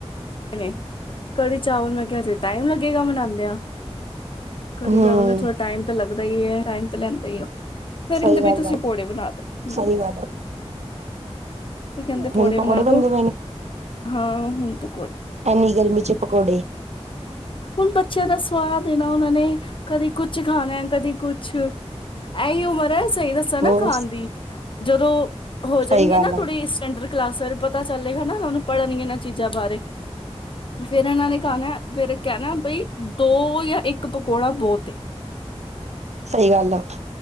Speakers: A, on the left (about 50°); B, on the right (about 80°).
A: ਣੇ ਕੜੀ ਚਾਵਲ ਮੈਂ ਕਿਆ ਅਜੇ ਟਾਈਮ ਲੱਗੇਗਾ ਬਨਾਦਿਆਂ। ਕੜੀ
B: ਹਮ
A: ਚਾਵਲ ਨੂੰ ਥੋੜ੍ਹਾ ਟਾਈਮ ਤਾਂ ਲੱਗਦਾ ਈ ਏ ਟਾਈਮ ਤਾਂ ਲੈ ਸਈ ਆ ਫਿਰ
B: ਸਹੀ
A: ਕੈਂਦੇ
B: ਗੱਲ
A: ਬ ਤੁਸੀਂ
B: ਆ
A: ਕੌੜੇ ਬਣਾ ਦੋ
B: ਸਹੀ
A: ਹੂੰ
B: ਗੱਲ ਆ
A: ਤੇ ਕੈਂਦੇ ਪੌੜੇ
B: ਹੁਣ ਪਕੌੜੇ
A: ਬਣਾ
B: ਬਣਦੇ
A: ਦੋ ਹਾਂ ਹੁਣ ਪ
B: ਐਨੀ ਗਰਮੀ 'ਚ ਪਕੌੜੇ
A: ਹੁਣ ਬੱਚਿਆਂ ਦਾ ਸਵਾਦ ਏ ਨਾ ਉਹਨਾਂ ਨੇ ਕਦੇ ਕੁਛ ਕੁ ਖਾਣਾ ਕਦੀ ਕੁਛ ਇਹੀ ਉਮਰ ਹੈ ਸਈ ਦੱਸਾਂ ਨਾ
B: ਹੋਰ
A: ਖਾਣ ਦੀ ਜਦੋਂ ਹੋ
B: ਸਹੀ
A: ਜਾਣਗੇ
B: ਗੱਲ
A: ਨਾ ਥੋੜੀ
B: ਆ
A: ਸਟੈਂਡਰ ਕਲਾਸਾਂ 'ਚ ਪਤਾ ਚੱਲੇਗਾਾ ਉਹ ਨੂੰ ਪੜ੍ਹਨਗੇ ਇਹਨਾਂ ਚੀਜ਼ਾਂ ਬਾਰੇ ਫਿਰ ਇਹਨਾਂ ਨੇ ਕਣਾ ਫਿਰ ਕੈਂਣਾ ਬਈ ਦੋ ਜਾਂ ਇੱਕ ਪਕੌੜਾ ਬੋਤ ਏ।
B: ਸਹੀ ਗੱਲ ਆ